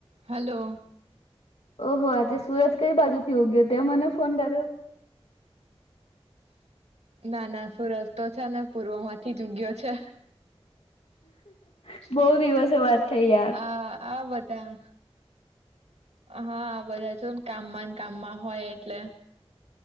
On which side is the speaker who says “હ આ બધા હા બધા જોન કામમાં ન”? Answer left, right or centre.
Right